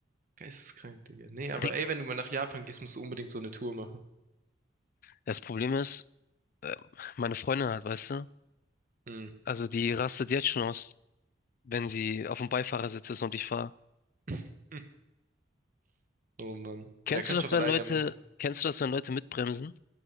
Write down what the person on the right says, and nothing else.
geisteskrank, Digga. Nee, aber
ey, wenn du mal nach Japan gehst, musst du unbedingt so eine Tour machen.
Mhm.
<laughs> Hm. Oh Mann.
Er könnte
es
auch alleine
machen.